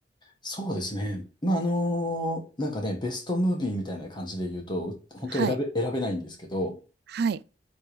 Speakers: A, on the left; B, on the right.
A: そうですね。まあ、あのーなんかね、ベストムービーみたいな感じで言うと、本当選べ、
B: はい。
A: 選べないんですけど、
B: はい。